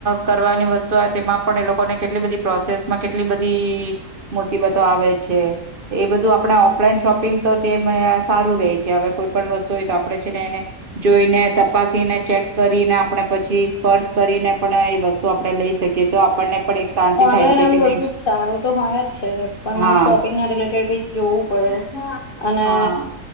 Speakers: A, on the right; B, on the left.
A: કરવાની વસ્તુ આવે તેમા પણ એ લોકોને કેટલી બધી પ્રોસેસમાં કેટલી બધી મુસીબતો આવે છે. એ બધું આપણે ઓફલાઈન શોપિંગ તો તે સારું રહે છે, હવે કોઈ પણ વસ્તુ હોય, તો આપડણે છે ને એને જોઈને તપાસીને ચેક કરીને આપણે પછી સ્પર્શ કરીને પણ એ વસ્તુ આપડણે લઈ શકીએ તો આપણને પણ એક શાંતિ
B: ઓનલાઈન
A: થાય છે
B: આમ
A: કે
B: બધું
A: નહી
B: જ સારું તો હોય, જ છે પણ
A: હા
B: આમ શોપિંગ ના રિલેટેડ બી જોવું પડે અને
A: હા